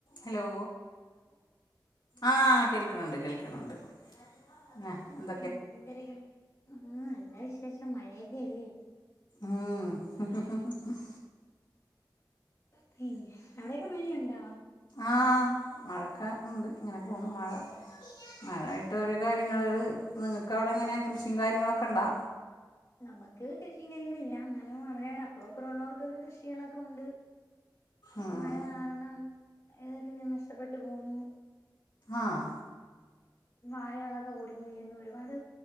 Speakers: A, on the left; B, on the left.
A: Hello ആഹ് കേൾക്ക്ണ് ണ്ട് കേൾക്ക്ണ് ണ്ട് <unintelligible>
B: <unintelligible> ആഹ് നല്ല വിശേഷം മഴയൊക്കെയല്ലേ
A: ആഹ <unintelligible>
B: പിന്നെ അവടെക്കെ മഴയൊണ്ടോ
A: ആഹ് മഴക്കാ ഇണ്ട് ഇങ്ങനെ പോണു മഴ മഴായിട്ട് ഓരോ കാര്യങ്ങള്ങ്ങള് നിങ്ങക്ക് അവടെ എങ്ങനെ കൃഷിം കാര്യങ്ങളൊക്കെണ്ടാ
B: നമ്മക്ക് കൃഷിം കാര്യങ്ങളില്ല എന്നാലും അവടെവടെ അപ്രൊ ഇപ്രോ ഒള്ളവർക്കൊക്കെ കൃഷികളൊക്കെ ഒണ്ട്
A: ഉം
B: മഴ കാരണം <unintelligible> നഷ്ടപ്പെട്ടു പോന്നു
A: ആഹ്
B: വാഴകളൊക്കെ ഒടിഞ്ഞു വീഴുന്നു ഒരുപാട്